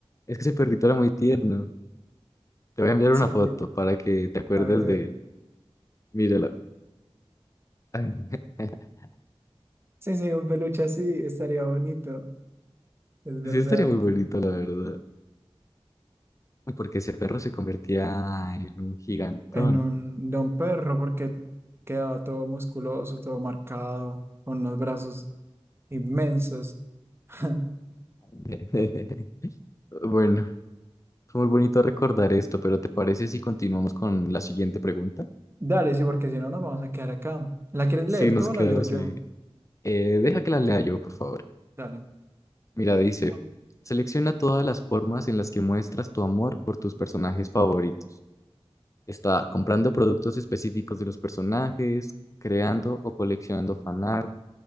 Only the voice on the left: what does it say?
Es que ese perrito era muy tierno. Te voy a enviar
una foto para que te acuerdes
de
él. Míralo. <laughs>
Sí, estaría muy bonito, la verdad. Porque ese perro se convertía en un gigantón.
<laughs> Bueno, fue muy bonito recordar esto, pero ¿te parece si continuamos con la siguiente pregunta?
Sí,
nos
quedamos
ahí. Eh, deja que la lea yo, por favor.
Mira, dice,
selecciona todas las formas en las que muestras tu amor por tus personajes favoritos. Está comprando productos específicos de los personajes, creando o coleccionando fanart,